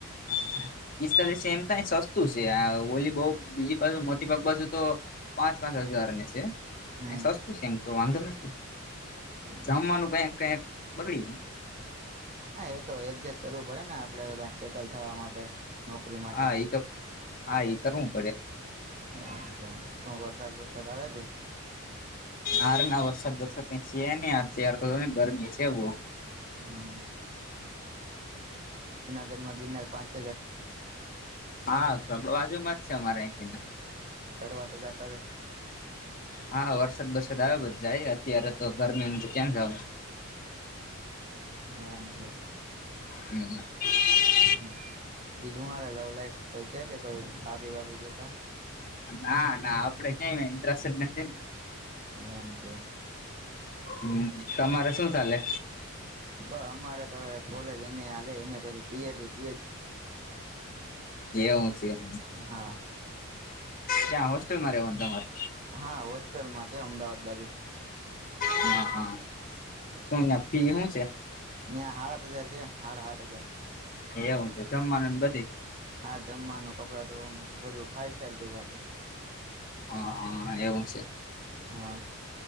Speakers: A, on the left; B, on the right.
A: <unintelligible> અયાં તો સસ્તું સે આ ઓલી બઉ બીજી બાજુ મોતી બાગ બાજુ તો પાંચ પાંચ-પાંચ હજાર ને સે.
B: હમ
A: અહિયાં સસ્તું સે એમ તો વાંધો નથી,
B: એમ
A: જમવાનું
B: છે
A: કએક-કએક બગડી જાય.
B: હા એ તો એડજસ્ટ કરવું પડે ને આપણે હવે કાઈક સેટલ થાવા માટે, નોકરી માટે
A: હા એ તો હા એ કરવું પડે
B: અચ્છા. શું વરસાદ-વરસાદ આવે કે?
A: નારે ના વરસાદ બરસાદ છે કાઈ છે નહીં અત્યારે જો ને ગરમી સે બહું. <inaudible>
B: હમ માં ગિરનાર પાછ
A: હા બાજુમાં જ છે અમારા અહિનથી.
B: ચડવા તો જા-
A: હા વરસાદ બરસાદ આવે પછી જાય અત્યારે તો ગરમી કેમ છો?
B: એમ છે
A: હમ્મ.
B: હમ્મ. બીજું હું હાલે લવ લાઈફ કાઈ છે કે કોઈ ભાભી વાભી ગોયતા?
A: ના, ના આપડે ક્યાં એમાં ઇન્ટસ્ટડ જ નથી.
B: એમ છે.
A: હમ્મ. તમારે શું ચાલે?
B: બહ અમારે તો હવે કોલેજ એમ એ હાલે એમ પીએડ
A: તેવું સે એમ.
B: હા
A: ત્યાં હોસ્ટેલમાં આવવાનું તમારે?
B: હા હોસ્ટેલમાં છે અમદાવાદ બાજુ.
A: હા, હા. શું ન્યાં ફી હું છે?
B: ન્યા હાત હજાર છે, હાડા હાત હજાર.
A: એવું છે. જમવાનું ને બધુંય?
B: હા જમવાનું, કપડાં ધોવાનું, બધું ફાઈવ સ્ટાર જેવું આપે.
A: હા હા એવું છે
B: હ